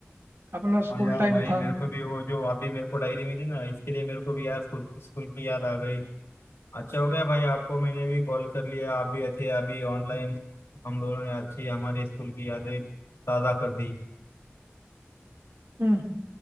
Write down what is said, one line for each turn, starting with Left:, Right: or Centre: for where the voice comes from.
Right: अपना स्कूल
Left: हाँ यार
Right: टाइम
Left: भाई
Right: था
Left: मेरे को भी वो जो अभी मेरे को डायरी मिली ना इसके लिए मेरे को भी यार स्कूल स्कूल की याद आ गई अच्छा हो गया भाई आपको मैंने भी कॉल कर लिया आप भी अच्छे अभी ऑनलाइन हम दोनों ने अच्छी हमारे स्कूल की यादें ताज़ा कर दी
Right: हम्म,